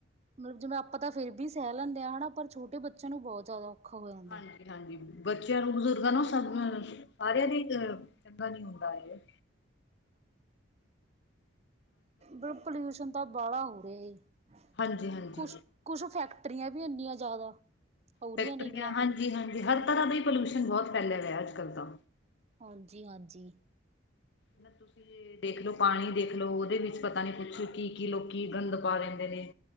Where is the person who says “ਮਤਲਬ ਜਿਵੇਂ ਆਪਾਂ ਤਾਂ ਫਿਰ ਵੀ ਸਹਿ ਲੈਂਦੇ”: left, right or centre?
Right